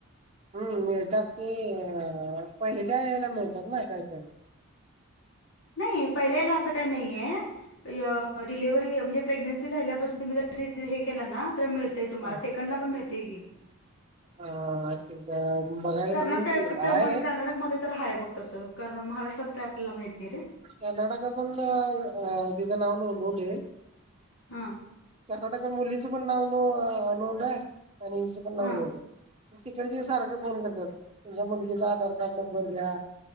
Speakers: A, on the right; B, on the left.
A: हम्म मिळतात ते अ पहिल्या याला मिळतात ना कायतरी.
B: नाही पहिल्याला असं काय नाहीे, य डिलव्ह म्हणजे प्रेग् राहिल्यापासून तुम्ही जर केला ना तर मिळतय तुम्हाला
A: हा
B: सेकंड ला पण मिळतेय की.
A: आ ती <unintelligible>
B: कर्नाटक
A: आहे
B: कर्नाटकमध्ये तर हाय बघ तसं कार महाराष्ट्रात काय आपल्याला माहत नाही रे.
A: कर्नाटका पण तिचं नाव नोंदवलय.
B: हा.
A: कर्नाटकात मुलीचं पण नाव नोंद आहे आणि हचं पण नाव
B: हा
A: नोंद आहे. तिकडची सारखं फोन करतात तुमच्या मुलगीचा आधार कार्ड नंबर द्या.